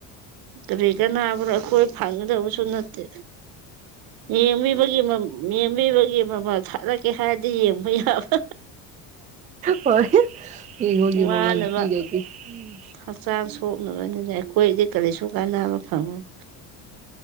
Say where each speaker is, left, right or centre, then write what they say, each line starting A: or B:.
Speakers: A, on the right; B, on the right.
A: ꯀꯔꯤ ꯀꯅꯥꯕ꯭ꯔꯣ ꯑꯩꯈꯣꯏ ꯐꯪꯒꯗꯕꯁꯨ ꯅꯠꯇꯦ ꯌꯦꯡꯕꯤꯕꯒꯤ ꯃ ꯃꯦꯝꯕꯤꯕꯒꯤ ꯃꯃꯜ ꯊꯥꯠꯂꯛꯀꯦ ꯍꯥꯏꯔꯗꯤ ꯌꯦꯡꯕ ꯌꯥꯕ
B: ꯍꯣꯏ ꯌꯦꯡꯉꯨꯒꯤ
A: ꯋꯥꯅꯕ
B: ꯃꯃꯜ ꯄꯤꯔꯗꯤ ꯎꯝ
A: ꯍꯛꯆꯥꯡ ꯁꯣꯛꯅꯕꯅꯤꯅ ꯑꯩꯈꯣꯏꯗꯤ ꯀꯔꯤꯁꯨ ꯀꯥꯟꯅꯕ ꯐꯪꯉꯣꯏ